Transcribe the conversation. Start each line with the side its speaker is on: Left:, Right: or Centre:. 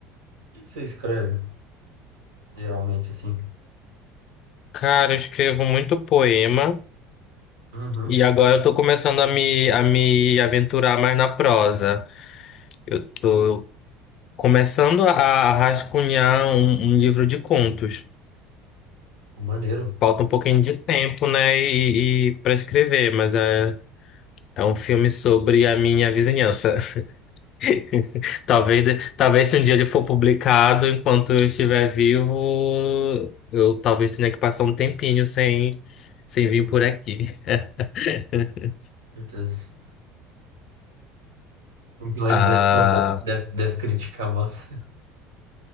Right: que que você escreve, geralmente, assim?
Left: Cara, eu escrevo muito poema
Right: Uhum.
Left: e agora eu tô começando a me, a me aventurar mais na prosa. Eu tô começando a, a rascunhar um, um livro de contos.
Right: Maneiro,
Left: Falta um pouquinho de tempo, né, e, e para escrever, mas é, é um filme sobre a minha vizinhança. <laughs> Talvez, talvez se um dia ele for publicado, enquanto eu estiver vivo, eu talvez tenha que passar um tempinho sem, sem vir por aqui. <laughs>
Right: com certeza. Então ele
Left: Ah,
Right: deve, pô, deve, deve, deve criticar bastante.